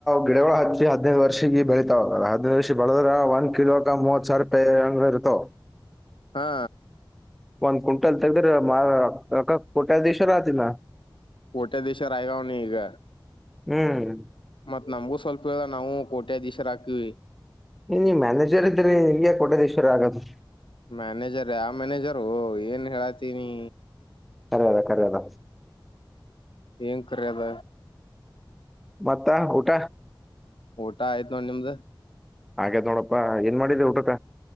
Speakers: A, in the centre; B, on the left.
A: ಗಿಡಗಳಳ ಹಚ್ಚಿ ಹದಿನೈದು ವರ್ಷೀ ಬೆಳಿತತಾವ ಹದಲ್ಲ ಹದ್ಿನೈದು ವರ್ಷ <inaudible> ಬಳದ್ರ ಒನ್ ಕಿಲೋ ಕ ಮೂವತ್ತು ಸಾವಿರ ರೂಪಾಯಿಂಗ ಇರುತಾವ <unintelligible>
B: ಹಾ
A: ಒಂದ್ ಕ್ವಿಂಟಲ್ ತಗದರೆಕ್ಕ ಕೋಟ್ಯಾ ದಿವೇಶ ಆತಿನ
B: ಕೊಟ್ಯಾದೇಶ್ವರ ಆಗವ್ನೆ ಈಗ
A: ಹ್ಮ್
B: ಮತ್ ನಮಗೂ ಸ್ವಲ್ಪ ನಾವು ಕೋಟ್ಯಾಧೀಶರ ಹಾಕಿವವಿ <inaudible>
A: ಏ ನೀ ಮ್ಯಾನೇಜರ್ ಇದ್ರೀ ನಿಗ ಕೊಟ್ಟದೇಶಶ್ವರ ಆಗದು
B: ಮ್ಯಾನೇಜರ್ ಯ ಮ್ಯಾನೇಜರ್ ಏನ್ ಹೇಳತೀನಿ
A: ಸರದ ಕರ್ಯದ
B: ಏನ್ ಕರಿಯದ
A: ಮತ್ತ ಊಟ
B: ಊಟ ಆಯ್ತು ನೋ ನಿಮ್ದ
A: ಹಾಗ್ ನೋಡಪ್ಪಾ ಏನ್ ಮಾಡಿದ ಊಟಕ